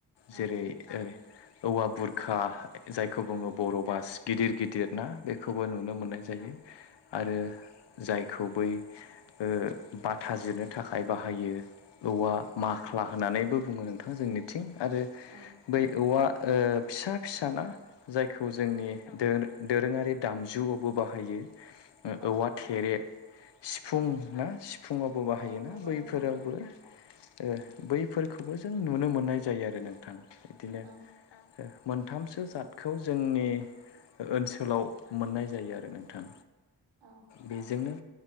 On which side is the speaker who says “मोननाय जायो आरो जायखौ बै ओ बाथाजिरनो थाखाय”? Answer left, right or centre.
Left